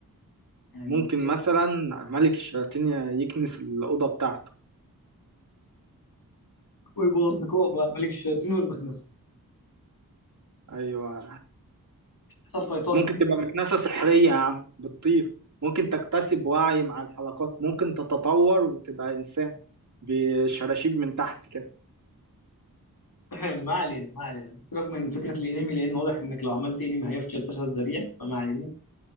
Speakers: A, on the left (about 75°); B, on the right (about 55°).
A: يعني
B: ممكن
A: ايه
B: مثلا ملك الشياطين يكنس الأوضة بتاعته
A: ويبقوا اصدقاء بقى ملك الشياطين والمكنسة
B: أيوة
A: حصل فايتات
B: ممكن تبقى مكنسة سحرية يا عم بتطير ممكن تكتسب وعي مع الحلقات ممكن تتطور وتبقى إنسان بشراشيب من تحت كده
A: <laughs> ما علينا ما علينا سيبك من فكره الانمي لان واضح انك لو عملت انمي هيفشل فشل ذريع فما علينا